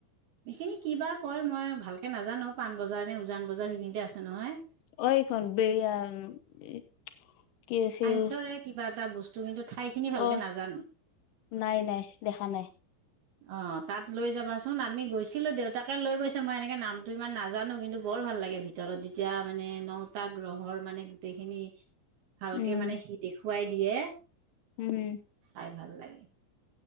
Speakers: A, on the right; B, on the left.
A: এইখিনি কি বা কয় মই ভালকৈ নাজানো পাণবজাৰ নে উজান বজাৰ সেইখিনিতে আছে নহয়।
B: <unintelligible> কি আছিল
A: চাইন্সৰে কিবা এটা বস্তু, কিন্তু ঠাইখিনি ভালকে
B: অ
A: নাজানো।
B: নাই নাই দেখা নাই।
A: অ' তাত লৈ যাবাচোন, আমি গৈছিলো দেউতাকে লৈ গৈছে মই এনেকে নাম টো ইমান নাজানো কিন্তু বৰ ভাল লাগে ভিতৰত যেতিয়া মানে নটা গ্ৰহৰ মানে গোটেইখিনি ভালকে
B: উম
A: মানে সি দেখুৱাই দিয়ে।
B: উম।
A: চাই ভাল লাগে।